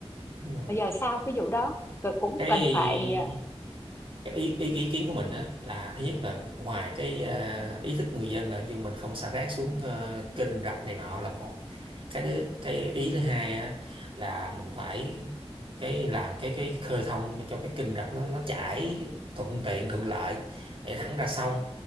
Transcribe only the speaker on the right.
đúng rồi
cái
cái ý, ý ý kiến của mình
á là thứ nhất là ngoài cái à, ý thức người dân là dù mình không xả rác xuống à, kênh rạch này nọ là một cái đứa, cái ý thứ hai á là mình phải cái làm cái cái khơi thông cho cái kênh rạch nó nó chảy thuận tiện thuận lợi để thẳng ra sông